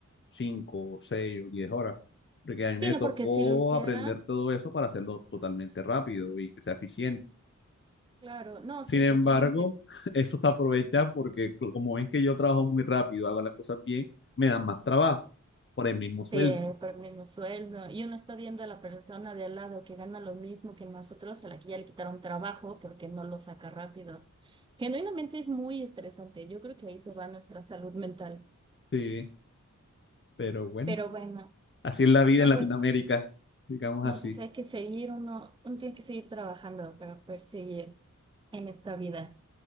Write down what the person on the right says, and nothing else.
Sí,
no,
porque si lo hicieran,
claro. No, sí,
totalmente.
Te por el mismo sueldo. Y uno está viendo a la persona de al lado que gana lo mismo que nosotros, a la que ya le quitaron trabajo porque no lo saca rápido. Genuinamente es muy estresante. Yo creo que ahí se va nuestra salud mental.
Pero bueno,
no,
pues,
no,
pues hay que seguir, uno, uno tiene que seguir trabajando para perseguir en esta vida.